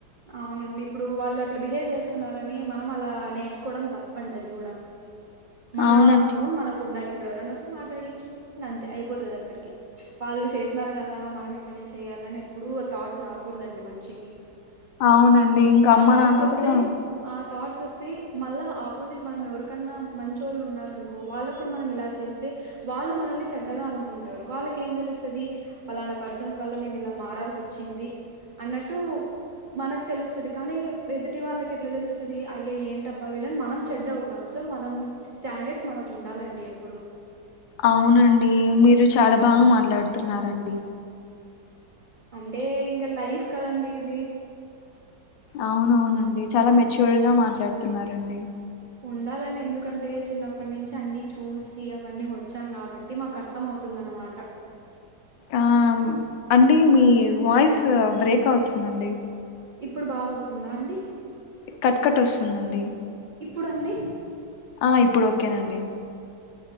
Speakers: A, on the right (about 70°); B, on the left (about 85°).
A: అవునండి ఇప్పుడు వాళ్ళు అట్లా బిహేవ్ చేస్తున్నారని మనం అలా నేర్చుకోవడం తప్పండి అది కూడా మన
B: అవునండి
A: ఓన్ మనకు ఉండాలి ఇప్పుడుెవరనా వస్తే మాట్లాడిచ్చు అంతే అయిపోతుంది అక్కడికి వాళ్ళు చేసినన్నారు కదా మనం ఇట్లనే చేయాలని ఎప్పుడూ థాట్స్ రాకూడదండి మనిషికి
B: అవునండి ఇంకా
A: ఆ
B: అమ్మ
A: థాట్స్
B: నాన్న
A: వస్తే
B: కూడా
A: ఆ థాట్స్ వస్తే మళ్ళా ఆ అపోజిట్ మనం ఎవరికన్నా మంచి వాళ్ళు ఉన్నారనుకో వాళ్ళకు కూడా మనం ఇలా చేస్తే వాళ్ళు మనల్ని చెడ్డగా అనుకుంటారు వాళ్ళకి ఏం తెలుస్తుంది పలానా పర్సన్స్ వల్ల మేము ఇలా మారాల్సి వచ్చింది అన్నట్టు మనకు తెలుస్తుంది కానీ ఎదుటి వాళ్ళకి ఎట్లా తెలుస్తుంది అయ్య ఏంట అబ్బా వీలని మనం చెడ్డ అవుతాం సో మనం స్టాండర్డ్స్ మనకు ఉండాలండి ఎప్పుడు
B: అవునండి మీరు చాలా బాగా మాట్లాడుతున్నారండి
A: అంటే ఇంకా లైఫ్ కదండి ఇది
B: అవునవునండి చాలా మెచ్యూర్ గా మాట్లాడుతున్నడి
A: ఉండాలని ఎందుకంటే చిన్నప్పటి నుంచి అన్ని చూసి అవన్నీ వచ్చాం కాబట్టి మాకు అర్థం అవుతుంది అన్నమాట
B: ఆ అంటే మీ వాయిస్ బ్రేక్ అవుతుందండి
A: ఇప్పుడు బాగాస్తుందా అండి
B: కట్కట్ వస్తుందండి
A: ఇప్పుడుండి
B: ఆ ఇప్పుడు ఓకేనండి